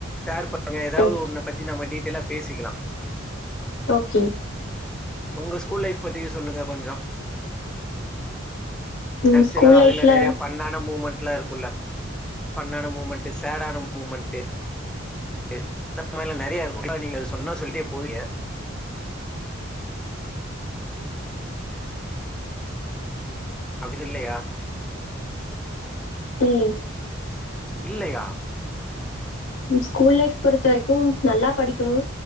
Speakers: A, in the centre; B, on the left (about 70°).
A: சார் பாங்க எதாவது
B: ஓகே
A: ஒன்னு பத்தி நம்ம டீட்டெய்லா பேசிக்கலா
B: ஓகே
A: உங்க ஸ்கூல் லைஃப் பத்தி சொல்லுங்க கொஞ்ஜோ
B: ம்
A: ஆக்சுலா
B: ஸ்கூல்
A: அதுல
B: லைஃப்ல
A: நெறயா ஃபண்ணான மூமெண்ட்லா இருக்குல்ல பண்ணான மூமெண்ட் சேடான மூமெண்ட்டு கு <inaudible> மேல நெறயா இருக்குல்ல நீங்க சொன்னா சொல்ட்டே போவீங்க அப்டிது இல்லயா
B: ம்
A: இல்லயா
B: ம் ஸ்கூல் லைஃப் பொறுத்த வரைக்கு நல்லா படிக்கணு